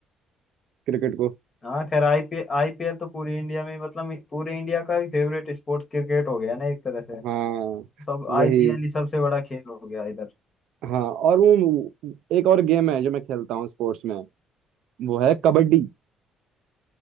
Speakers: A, on the right; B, on the left.
A: क्रिकेट को
B: हाँ खैर आईपीएल आईपीएल तो पूरी इंडिया में मतलब पूरे इंडिया का फेवरेट स्पोर्ट्स क्रिकेट हो गया ना एक तरह से
A: हाँ
B: सब आईपीएल
A: वही
B: ही सबसे बड़ा खेल हो गया इधर
A: हाँ और वो एक और गेम है जो मैं खेलता हूँ स्पोर्ट्स में वो है कबड्डी